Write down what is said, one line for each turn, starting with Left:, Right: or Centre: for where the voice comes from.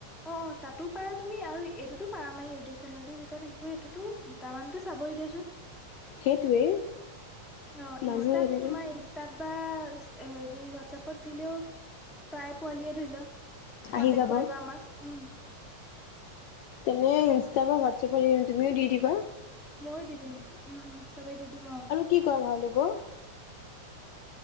Centre: অঁ-অঁ, তাতো পাৰা তুমি আৰু এইটোতো পাৰা আমাৰ ইউটিউব চেনেলটো যেতিয়া থাকিব সেইটোতো দুটামানতো চাব‌ই দিয়া চোন। <unintelligible>
Left: সেইটোৱেই। <unintelligible>
Centre: অঁ!
Left: মানুহ
Centre: ইনষ্টাত
Left: যেনেকে
Centre: তোমাৰ ইন <unintelligible> ইনষ্টাত বা হেৰি হোৱাটচএপত দিলেও প্ৰায় পোৱালিয়ে ধৰি ল <unintelligible>
Left: আহি
Centre: কণ্টেক্ট
Left: যাব
Centre: কৰিব আমাক উম! <unintelligible>
Left: তেনে ইনষ্টা বা হোৱাটছএপৰ <unintelligible> দি তুমিও দি দিবা?
Centre: ময়ো দি দিম, উম-উম, চবেই দি দিম আৰু। <inaudible>
Left: কি কৰা ভাল হ'ব? <unintelligible>